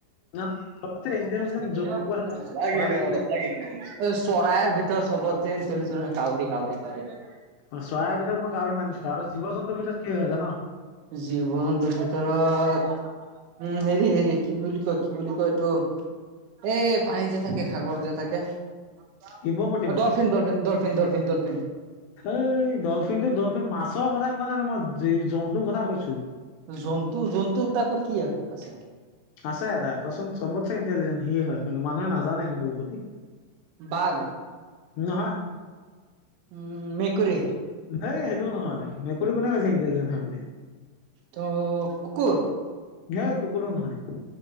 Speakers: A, on the left (about 75°); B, on the right (about 75°).
A: অ, চবতছে
B: চৰায়ে
A: ইণ্টেলিজেণ্ট জন্তু কথা ক
B: ভিতৰত
A: চৰাই চিৰিকটি
B: <unintelligible> <unintelligible> কাউৰি-কউৰি-কউৰি।
A: অহ, চৰাই ভিতৰত মই কাউৰি মানিছো আৰু জীৱ জন্তুৰ ভিতৰত কি হয় জান?
B: জীৱ জন্তু ভিতৰত উম, হেৰি-হেৰি কি বুলি কয়-কি বুলি কয় এইটো? এই পানী যে থাকে সাগৰ যে থাকে। অহ,
A: হিপপতি মাছ।
B: ডলফিন-ডলফিন-ডলফিন-ডলফিন-ডলফিন।
A: এই ডলফিনটো-ডলফিন মাছৰ কথা কোৱা নাই মই জী জন্তুৰ কথা কৈছো।
B: জন্তু-জন্তু তাকো কি আছে?
A: আছে এটা কচোন চবতে ইণ্টেলিজেণ্ট সি হয় কিন্তু মানুহে নাজানে কিন্তু বহুতি।
B: বাঘ।
A: নহয়।
B: উম, মেকুৰী।
A: হেই সেইটোও নহয় মেকুৰী কোনো কৈছে ইণ্টেলিজেণ্ট হয় বুলি।
B: তো কুকুৰ।
A: ঘে কুকুৰো নহয়।